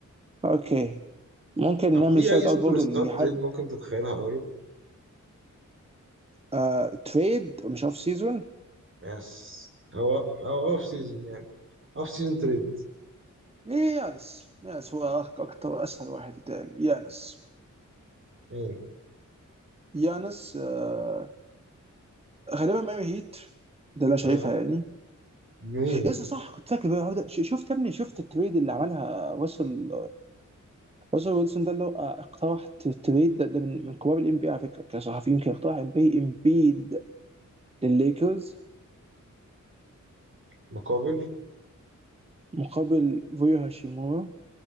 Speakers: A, on the right; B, on the right.
A: اوكي ممكن
B: طب
A: نعمل
B: في
A: شوت
B: اي سوبر
A: اوت برضه
B: ستار
A: لحد
B: تريد ممكن تتخيلها قريب؟
A: آه، تريد مش اوف سيزون
B: يس او او اوف سيزون يعني اوف سيزون تريد
A: إيه، يانس يانس هو اكتر اسهل واحد يتقال يانس
B: مين
A: يانس آه، غالبا ميامي هيت ده اللي انا شايفها
B: اه
A: يعني
B: مين
A: يس صح كنت فاكر بقى ده. ش- شفت يا ابني شفت التريد اللي عملها وصل وصل ويلسون ده اللي هو آه، اقترح ت- تريد ده, ده من من كبار الام بي على فكره كصحفيين كان اقترح ام بي امبيد للليكرز
B: مقابل
A: مقابل فويو هاشيمورا